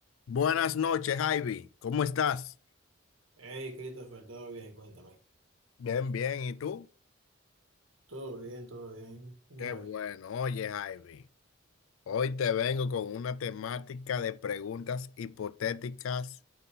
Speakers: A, on the left; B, on the right.
A: Buenas noches, Ivy. ¿Cómo estás?
B: Hey, Christopher, todo bien, cuéntame.
A: Bien, bien. ¿Y tú?
B: Todo bien, todo bien. Dime
A: Qué
B: a
A: bueno.
B: ver.
A: Oye, Ivy, hoy te vengo con una temática de preguntas hipotéticas